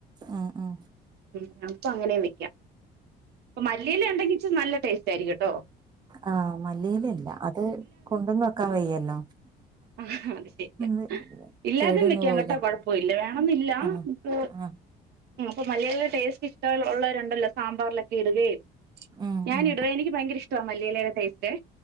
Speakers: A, on the right; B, on the right.
A: ഉം ഉം
B: ഉം അപ്പൊ അങ്ങനെ നിക്ക ക്ക പ്പ മല്ലിയില ഉണ്ടെങ്കി നല്ല ടേസ്റ്റ് ആയിരിക്കുട്ടോ.
A: ആഹ മല്ലിയിലല്ല. അത് കൊണ്ടന്ന് വെക്കാൻ വയ്യല്ലോ.
B: ആഹ അത് ശരിയാ.
A: അത്
B: ഇല്ലാതെ
A: കേടന്ന്
B: വെക്കാം
A: പോവൂലേ
B: കേട്ടോ കൊഴപ്പല്ല വേണന്നില്ല
A: ആഹ്
B: നമക്ക്.
A: ആഹ്
B: അപ്പൊ മല്ലിയില ടേസ്റ്റ്ഷ്ട്ട ഉള്ളവരുണ്ടല്ലോ സാമ്പാറൊക്കെ ഇടുകയും.
A: ഉം
B: ഞാന്
A: ഉം
B: ഇടും എനിക്ക് ഭയങ്കര ഇഷ്ടമാ മല്ലിയിലയുടെ ടേസ്റ്റ്.